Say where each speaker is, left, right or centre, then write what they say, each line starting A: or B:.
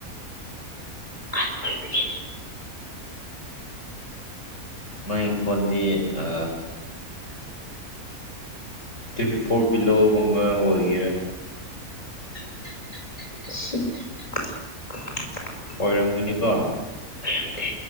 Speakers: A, on the left; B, on the left.
A: ꯑꯍꯜ ꯑꯣꯏꯕꯒꯤꯅꯦ
B: ꯃꯣꯏ ꯈꯣꯟꯗꯤ ꯑ ꯇ꯭ꯋꯦꯟꯇꯤ ꯐꯣꯔ ꯕꯤꯂꯣꯒꯨꯝꯕ ꯑꯣꯏꯒꯦꯔꯥ
A: <inaudible>
B: ꯑꯣꯏꯔꯝꯒꯅꯤꯀꯣ
A: ꯑꯣꯏꯔꯗ